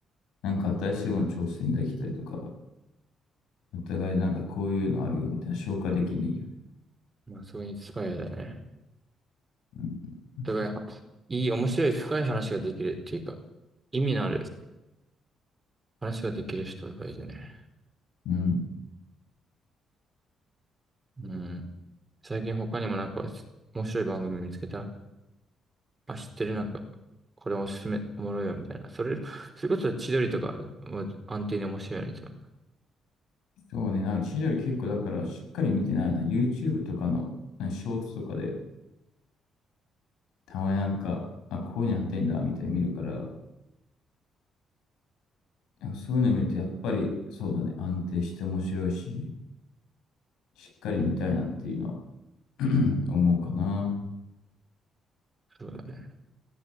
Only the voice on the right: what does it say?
まあ、そういうインスパイアだよね。
お互い、いい、面白い、深い話ができるっていうか、意味のある話ができる人がいいよね。
うん。最近他にもなんか、面白い番組見つけたあ、知ってる、なんか、これおすすめ、おもろいよ、みたいな。それ、それこそ千鳥とか、安定に面白いよね、いつも。
そうだね。